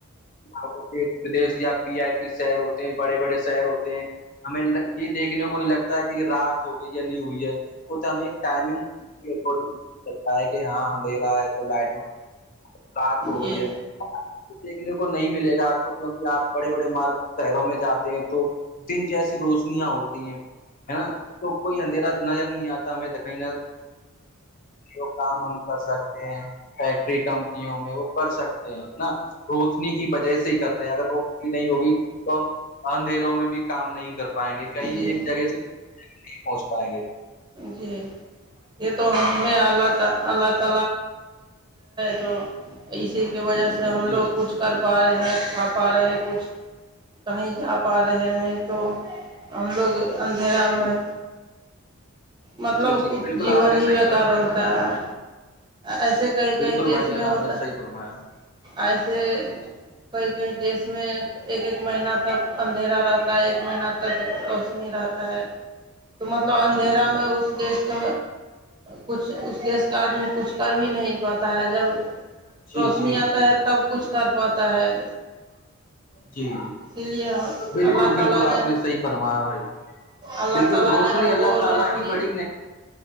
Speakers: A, on the left; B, on the right.
A: پرشدش یا پی آئی پی شہر ہوتے ہیں بڑے بڑے شہر ہوتے ہیں ہمیں یہ دیکھنے کو نہیں لگتا ہے کہ رات ہو گئی یا نہیں ہوئی ہے وہ تو ہمیں ایک ٹائمنگ گ ہے کہ ہاں ہمدھیرا ہے تو لائٹنگ رات
B: جی
A: کو ہو گئی ہے کچ دیکھنے کو نہیں ملے گا آپ کو کیوںکہ آپ بڑے بڑے مارگ شہروں میں جاتے ہیں تو دن جیسی روشنیاں ہوتی ہیں ہے نا تو کوئی اندھیرا نظر نہیں آتا ہمیں دائی جو کام ہم کر سکتے ہیں فیکٹری کمپنیوں میں وہ کر سکتے ہیں نا روشنی کی وجہ سے ہی کر رہے ہیں اگر روشنی نہیں ہوگی تو ہم اندھیروں میں بھی کام نہیں کر پائیں گے کہیں
B: جی
A: ایک جگہ سے پہنچ پائیں گے
B: جی یہ تو میں اللہ تو اسی کی وجہ سے ہم
A: جی
B: لوگ
A: جی
B: کچھ کر پا رہے ہیں کھا پا رہے ہیں کچھ کہیں جا پا رہے نہیں تو ہم لوگ اندھیرا میں
A: جی جی
B: مطلب
A: جی جی
B: کچھ
A: بالکل
B: جیون
A: آپ نے
B: ہی
A: صحیح
B: بیکار
A: فرمایا
B: ہوتا
A: بھائی جان
B: ہے ایسے کئی کئی
A: بالکل
B: دیس
A: بھائی جان
B: میں
A: آپ
B: ہوتا
A: نے صحیح فرمایا
B: ایسے
A: جی
B: کئی کئی دیش میں ایک ایک مہینہ تک اندھیرا رہتا ہے ایک مہینہ تک روشنی رہتا ہے تو مطلب
A: جی
B: اندھیرا
A: جی جی
B: میں
A: جی
B: اس دیش سے کچھ اس دیش کا آدمی کچھ کر بھی نہیں پاتا ہے جب
A: جی
B: روشنی
A: جی جی
B: آتا
A: جی
B: ہے تب کچھ کر پاتا ہے
A: جی جی
B: اسی لیے
A: بالکل
B: اللہ تعالی
A: بالکل آپ نے صحیح فرمایا بھائی
B: اللہ
A: بالکل
B: تعالی
A: روشنی
B: نے ہم
A: اللہ
B: کو روشنی
A: بڑی